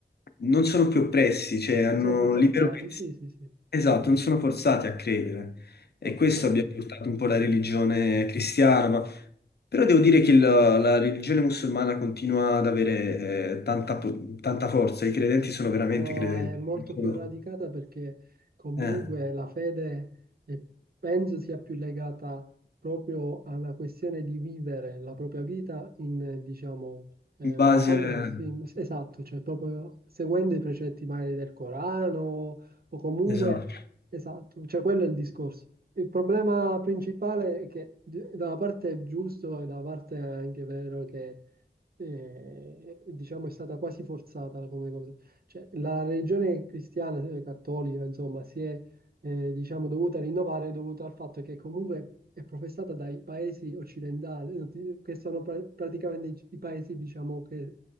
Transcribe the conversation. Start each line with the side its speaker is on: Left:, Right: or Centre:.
Left: non sono più oppressi, cioè hanno
Right: non sono più forzati,
Left: libero pensiero.
Right: sì, sì, sì.
Left: Esatto, non sono forzati a credere. E
Right: Ma-
Left: questo abbia portato un po' la religione cristiana, ma... Però devo dire che la, la religione musulmana continua ad avere eh, tanta, po- tanta forza, i credenti sono veramente
Right: No,
Left: credenti.
Right: è molto più
Left: Sono-
Right: radicata perché comunque
Left: eh,
Right: la fede eh, penso sia più legata proprio alla questione di vivere la propria vita in, eh, diciamo, eh,
Left: in base...
Right: basandosi, esatto, cioè proprio seguendo i precetti magari del Corano o comunque,
Left: Esatto,
Right: esatto, cioè quello è il discorso. Il problema principale è che d- da una parte è giusto e da una parte è anche vero che eh, diciamo è stata quasi forzata come cosa. Cioè, la religione cristiana, eh, cattolica, insomma, si è, eh, diciamo, dovuta rinnovare dovuto al fatto che comunque è professata dai paesi occidentali, eh, che sono pra- praticamente i i paesi, diciamo, che